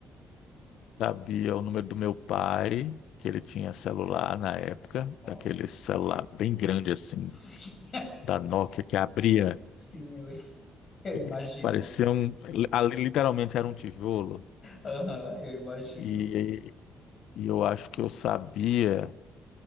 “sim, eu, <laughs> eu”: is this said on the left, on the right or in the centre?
Left